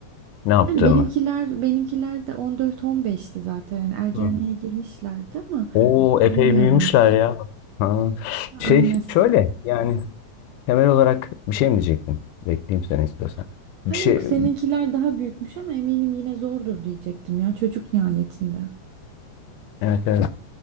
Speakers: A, on the left; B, on the right.
A: ne yaptığımı.
B: Yani benimkiler benimkiler de 14-15'ti zaten yani ergenliğe
A: Hı.
B: girmişlerdi ama
A: Oo epey
B: bilmiyorum.
A: büyümüşler ya. Ha. Şey
B: Aynen.
A: şöyle yani Temel olarak bir şey mi diyecektim? Bekleyeyim seni istiyorsan.
B: Ha
A: Bir
B: yok
A: şey,
B: seninkiler daha büyükmüş ama eminim yine zordur diyecektim ya çocuk nihayetinde.
A: evet evet.